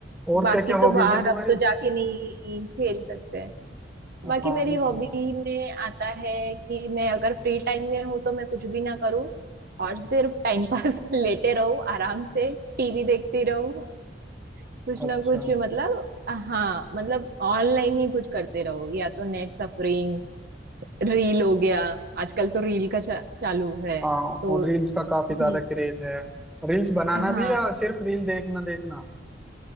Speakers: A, in the centre; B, on the right (about 55°).
A: और
B: बाकी
A: क्या क्या
B: तो
A: हॉबीज
B: बाहर
A: है तुम्हारी
B: अब तो जाके नहीं खेल सकते हैं
A: हाँ
B: बाकी मेरी
A: नहीं
B: हॉबी
A: सही बात
B: में आता है कि मैं अगर फ्री टाइम में हूँ तो मैं कुछ भी ना करूँ और सिर्फ टाइम पास <laughs> लेटे रहूँ आराम से टीवी देखती रहूँ कुछ
A: अच्छा
B: ना कुछ मतलब हाँ मतलब ऑनलाइन ही कुछ करते रहो या तो नेट सफरिंग रील हो गया आजकल तो रील का चा, चालू है
A: हाँ
B: तो
A: और रील्स का
B: हम्म
A: काफी ज्यादा क्रेज है रील्स बनाना
B: हाँ
A: भी या सिर्फ रील देखना देखना